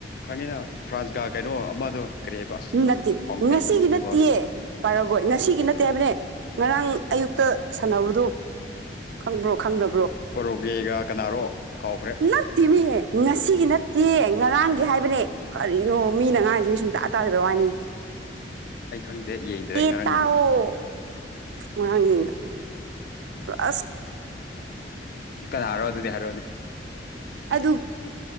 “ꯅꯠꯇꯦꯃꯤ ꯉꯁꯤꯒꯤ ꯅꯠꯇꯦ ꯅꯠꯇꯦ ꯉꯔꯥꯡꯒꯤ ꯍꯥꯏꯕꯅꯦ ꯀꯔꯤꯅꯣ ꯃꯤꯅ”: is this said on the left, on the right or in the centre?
Right